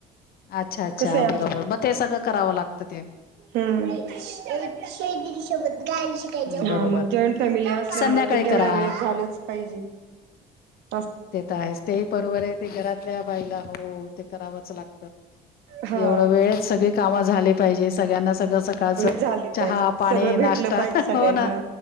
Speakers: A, on the left (about 65°); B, on the right (about 80°).
A: अच्छा-अच्छा
B: कसं आहे
A: बरोबर मग ते सगळं करावं लागतं ते, -
B: ह जषमध्ये <unintelligible> <unintelligible> हा
A: बरोबर
B: मग जॉईंट फॅमिली असल्यामुळे
A: संध्याकाळी
B: ते तेवढ्या
A: करा.
B: वेळस झालंच पाहिजे. <unintelligible>
A: ते तर आहेच ते बरोबर आहे ते घरातल्या बाईला हो ते करावंच लागत
B: हा
A: एवढं वेळेत सगळी कामं झाली पाहिजे सगळ्यांना सगळं सकाळचं
B: झाले
A: चहा
B: पाहिजे
A: पाणी
B: सगळं भेटलं
A: नाश्ता
B: पाहिजे सगळ्यांना
A: हो ना